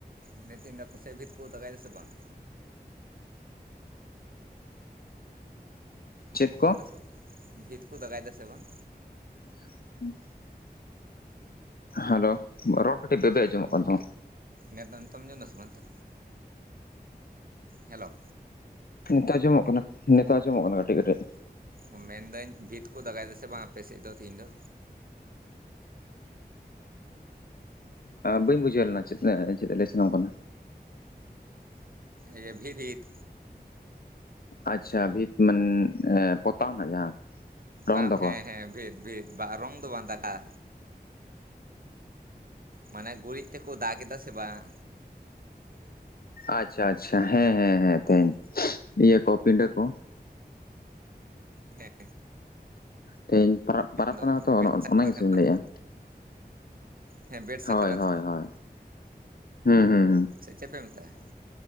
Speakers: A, on the right; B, on the left.
A: ᱢᱮᱱᱮᱫ ᱛᱟᱦᱮᱱ ᱫᱚ ᱟᱯ ᱥᱮᱫ ᱵᱷᱤᱛ ᱠᱚ ᱫᱟᱜᱟᱭᱮᱫᱟᱥᱮ ᱵᱟᱝ
B: ᱪᱮᱫ
A: ᱟᱸᱡᱚᱢ
B: ᱠᱚ
A: ᱫᱟᱥᱮ ᱵᱟᱝ ᱵᱷᱤᱛ ᱠᱚ ᱫᱟᱜᱟᱭ ᱫᱟᱥᱮ ᱵᱟᱝ
B: <inaudible> ᱦᱮᱞᱳ ᱨᱚᱲ ᱠᱟᱹᱴᱤᱡ ᱵᱮᱵᱮ ᱟᱸᱡᱚᱢᱚᱜ ᱠᱟᱱ ᱛᱟᱢᱟ?
A: ᱱᱮᱛ ᱫᱚ ᱱᱤᱛᱚᱢ ᱡᱚᱱ ᱫᱚ ᱥᱮ ᱵᱟᱝ ᱛᱚ ᱦᱮᱞᱳ
B: ᱱᱮᱛᱚᱜ ᱟᱸᱡᱚᱢᱚᱜ ᱠᱟᱱᱟ ᱱᱮᱛᱚᱜ ᱟᱸᱡᱚᱢᱚᱜ ᱠᱟᱱᱟ ᱠᱟᱹᱴᱤᱡ ᱠᱟᱹᱴᱤᱡ
A: ᱚ ᱢᱮᱱᱫᱟᱹᱧ ᱵᱷᱤᱛ ᱠᱚ ᱫᱟᱜᱟᱭ ᱫᱟᱥᱮ ᱵᱟᱝ ᱟᱯᱮ ᱥᱮᱫ ᱫᱚ ᱛᱮᱤᱦᱤᱧ ᱫᱚ
B: ᱵᱟᱹᱧ ᱵᱩᱡᱷᱟᱹᱣ ᱞᱮᱱᱟ ᱪᱮᱥᱞᱮ ᱪᱮᱫ ᱞᱮ ᱥᱟᱱᱟᱢ ᱠᱟᱱᱟ᱾
A: ᱤᱭᱟᱹ ᱵᱷᱤᱨᱤᱛ
B: ᱟᱪᱪᱷᱟ ᱵᱷᱤᱛ ᱢᱟᱱ ᱯᱚᱛᱟᱣᱱᱟ ᱡᱟᱦᱟᱸ ᱨᱚᱝ
A: ᱵᱟᱝ
B: ᱫᱚᱠᱚ
A: ᱦᱮᱸ ᱦᱮᱸ ᱵᱷᱤᱛ ᱵᱷᱤᱛ ᱵᱟᱝ ᱨᱚᱝ ᱫᱚ ᱵᱟᱝ ᱫᱟᱜᱼᱟ ᱢᱟᱱᱮ ᱜᱩᱨᱤᱡ ᱛᱮᱠᱚ ᱫᱟᱜ ᱮᱫᱟ ᱥᱮ ᱵᱟᱝ
B: ᱟᱪᱪᱷᱟ ᱟᱪᱪᱷᱟ ᱦᱮᱸ ᱦᱮᱸ ᱛᱮᱦᱧ ᱤᱭᱟᱹ ᱠᱚ ᱯᱤᱰᱟᱹ ᱠᱚ
A: ᱦᱮᱸ
B: ᱛᱮᱦᱮᱧ ᱯ ᱯᱚᱨᱟᱽ
A: ᱫᱚ
B: ᱠᱟᱱᱟ ᱦᱚᱸᱛᱚ ᱚᱱᱟᱱᱟᱜᱤᱪᱩᱧ
A: ᱵᱮᱰ ᱥᱟᱠᱨᱟᱛ ᱠᱟᱱᱟ
B: ᱞᱟᱹᱭᱮᱜᱼᱟ
A: ᱛᱚ ᱦᱮᱸ ᱵᱮᱰ ᱥᱟᱠᱨᱟᱛ
B: ᱦᱳᱭ ᱦᱳᱭ ᱦᱳᱭ ᱦᱮᱸ ᱦᱮᱸ
A: ᱥᱮ ᱪᱮᱫ ᱯᱮ ᱢᱮᱛᱟᱜᱼᱟ